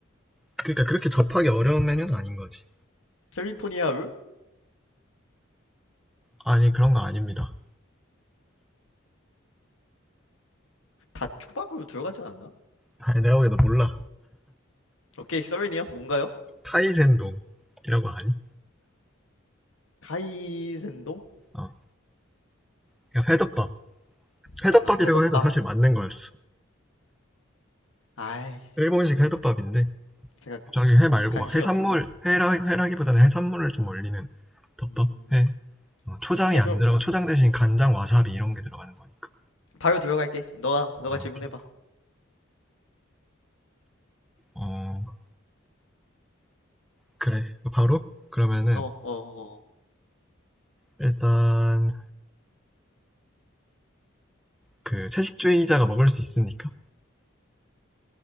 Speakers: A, in the centre; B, on the left (about 85°).
A: 그러니까 그렇게 접하기 어려운 메뉴는 아닌 거지.
B: 캘리포니아 룰?
A: 아니 그런 거 아닙니다.
B: 다 초밥으로 들어가지 않나?
A: 아니 내가 보기엔 너 몰라.
B: 오케이, 서렌이요 뭔가요?
A: 카이센동이라고 아니?
B: 카이센동?
A: 어, 그냥 회덮밥. 회덮밥이라고
B: 아, 회덮밥.
A: 해도 사실 맞는 거였어.
B: 아이,
A: 일본식 회덮밥인데
B: 제가
A: 저기 회
B: 그런
A: 말고
B: 게 관심이
A: 막 해산물
B: 없어서.
A: 회라 회라기보다는 해산물을 좀 올리는 덮밥
B: 음,
A: 회. 어, 초장이
B: 오케이,
A: 안
B: 그럼
A: 들어가 초장 대신 간장 와사비 이런 게 들어가는 거니까
B: 바로 들어갈게. 너가 너가
A: 아
B: 질문해봐.
A: 오케이 어 그래 바로 그러면은
B: 어, 어, 어.
A: 일단 그 채식주의자가 먹을 수 있으니까